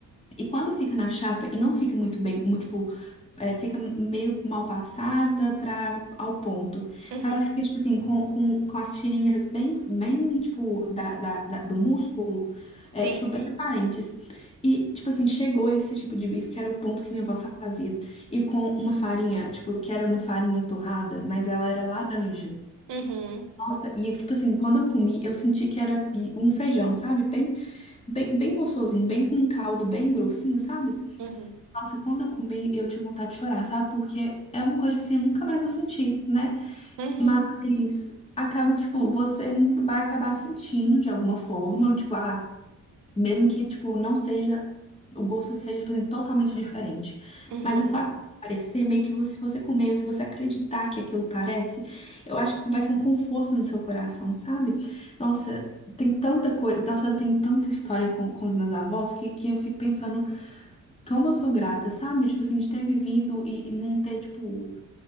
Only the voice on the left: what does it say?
E quando fica na chapa e não fica muito bem, mu- tipo, é, fica meio mal passada pra, ao ponto.
Ela fica, tipo assim, com, com, com as tirinhas bem, bem tipo, da, da, da- do músculo, é,
tipo, bem aparentes. E, tipo assim, chegou esse tipo de bife, que era o ponto que minha avó fazia. E com uma farinha, tipo, que era uma farinha torrada, mas ela era laranja.
Nossa, e tipo assim, quando eu comi, eu senti que era e- um feijão, sabe? Bem, bem, bem gostosinho, bem com um caldo, bem grossinho, sabe?
Nossa, quando eu comi, eu tive vontade de chorar, sabe? Porque é uma coisa, tipo assim, eu nunca mais vou sentir, né?
Mas acaba que, tipo, você vai acabar sentindo de alguma forma, tipo, ah. Mesmo que, tipo, não seja, o gosto seja, tipo, assim, totalmente diferente.
Mas o fato de parecer, meio que você- se você comer, ou se você acreditar que aquilo parece, eu acho que vai ser um conforto no seu coração, sabe? Nossa, tem tanta coisa, nossa, tem tanta história com, com os meus avós que, que eu fico pensando como eu sou grata, sabe? Tipo assim, de ter vivido e, e não ter, tipo,